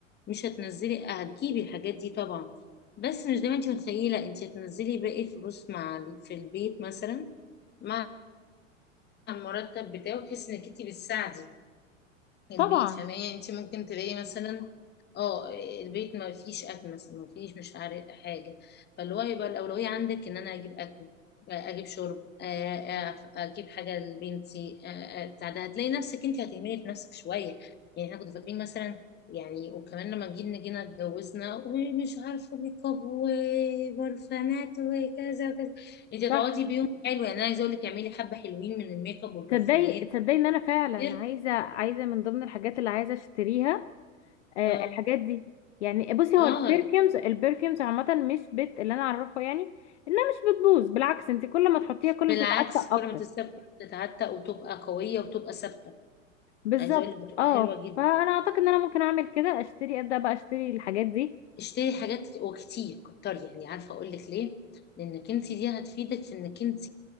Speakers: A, on the left; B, on the left.
A: مش هتنزلي هتجيبي الحاجات دي طبعا بس مش دايما انت متخيلة انت هتنزلي باقي الفلوس مع ال- في البيت مثلا مع المرتب بتاعه بحيث انك انت بتساعدي البيت
B: طبعا
A: فاهماني انت ممكن تلاقي مثلا اه البيت ما فيش اكل مثلا ما فيش مش عارف حاجه فاللي هو يبقى الاولويه عندك ان انا اجيب اكل آه، اجيب شرب آه، آه، اجيب حاجه لبنتي آه، آه، بتاع ده هتلاقي نفسك انت هتهملي في نفسك شويه يعني احنا كنا فاكرين مثلا يعني وكمان لما جينا جينا اتجوزنا ومش عارفه ميك اب وبرفانات وكذا وكذا انت هتقعدي
B: صح
A: بيوم حلو يعني انا عايزه اقول لك اعملي حبه حلوين من الميك اب والبرفانات
B: تصدقي تصدقي ان انا فعلا
A: كتير
B: عايزه عايزه من ضمن الحاجات اللي عايزه اشتريها آه
A: اه
B: الحاجات دي يعني بصي
A: اه
B: هو البرفيومز البرفيومز عامه مش بت اللي انا اعرفه يعني انها مش بتبوظ بالعكس انت كل ما تحطيها كل
A: بالعكس
B: ما بتتعفن
A: كل
B: اكتر
A: ما تستبدل تتعتق وتبقى قوية وتبقى ثابتة
B: بالظبط
A: عايزة اقول لك بتبقى
B: اه
A: حلوة جدا
B: فانا اعتقد ان انا ممكن اعمل كده اشتري ابدا بقى اشتري الحاجات دي
A: اشتري حاجات وكتير كتر يعني عارفة اقول لك ليه لانك انت دي هتفيدك في انك انت